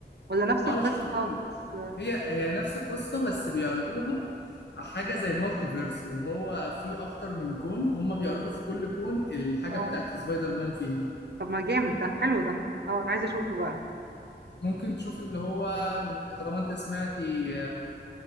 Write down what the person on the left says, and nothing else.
اه
انا شفت كله
هي هي نفس القصة بس بيعرضوها حاجة زي مالتي فيرس اللي هو في أكتر من كون هما بيعرضوا في كل كون الحاجة
بتاعت سبايدر مان فيها
ممكن تشوف اللي هو من طالما أنت سمعتي